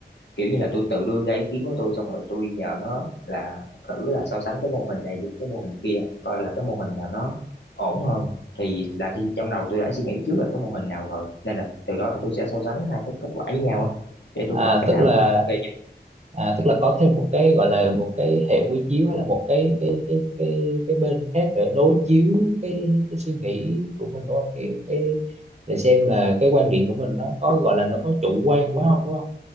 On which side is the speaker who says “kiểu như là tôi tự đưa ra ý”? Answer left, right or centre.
Left